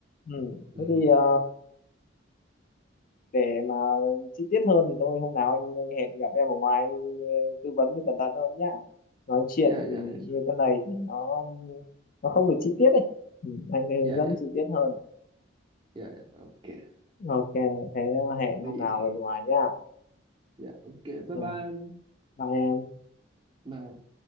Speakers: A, on the left; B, on the right.
A: ừ.
B: ừ
A: thế thì ờ, để mà chi tiết hơn thì thôi hôm nào anh hẹn gặp em ở ngoài anh, ờ, tư vấn thì cẩn thận hơn nhá nói chuyện
B: dạ dạ dạ
A: như thế này thì nó nó không được chi tiết đấy ừ. anh sẽ hướng
B: dạ
A: dẫn
B: dạ
A: chi tiết hơn
B: dạ dạ ok
A: ok thế hẹn
B: vậy
A: hôm nào ở ngoài nhá
B: dạ ok bye
A: ừ.
B: bye anh.
A: bye em
B: mà